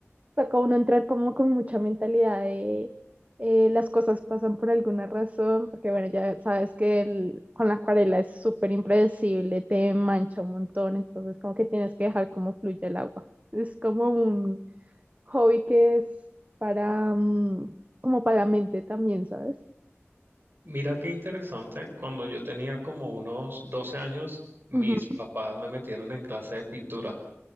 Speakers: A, on the right; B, on the right.
A: toca uno entrar como con mucha mentalidad de eh, las cosas pasan por alguna razón, porque bueno, ya sabes que el- con la acuarela es súper impredecible, te mancha un montón, entonces como que tienes que dejar como fluye el agua. Es como un hobby que es para, mm, como para la mente también, ¿sabes?
B: Mira qué interesante. Cuando yo tenía como unos 12 años, mis
A: Ujú.
B: papás me metieron en clase de pintura.